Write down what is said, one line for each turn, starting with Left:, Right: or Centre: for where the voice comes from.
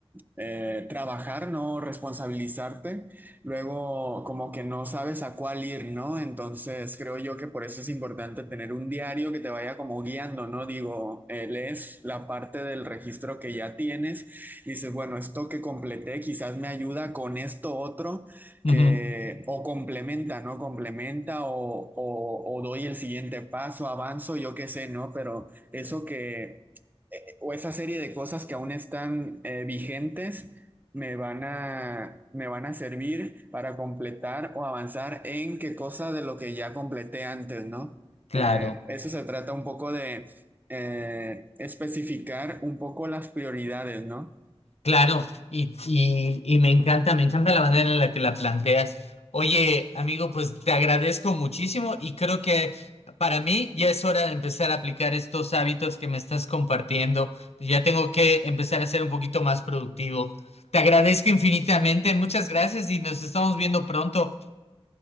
Right: eh, trabajar, ¿no? Responsabilizarte, luego como que no sabes a cuál ir, ¿no? Entonces creo yo que por eso es importante tener un diario que te vaya como guiando, ¿no? Digo, eh, lees la parte del registro que ya tienes, dices, bueno, esto que completé quizás me ayuda con esto otro
Left: Ujú,
Right: que o complementa, ¿no? Complementa o, o, o doy el siguiente paso, avanzo, yo qué sé, ¿no? Pero eso que, eh, o esa serie de cosas que aún están eh, vigentes, me van a, me van a servir para completar o avanzar en qué cosa de lo que ya completé antes, ¿no?
Left: Claro.
Right: Eh, eso se trata un poco de eh, especificar un poco las prioridades, ¿no?
Left: Claro, y, y, y me encanta, me encanta la manera en la que la planteas. Oye, amigo, pues te agradezco muchísimo y creo que para mí ya es hora de empezar a aplicar estos hábitos que me estás compartiendo. Pues Ya tengo que empezar a ser un poquito más productivo. Te agradezco infinitamente, muchas gracias y nos estamos viendo pronto.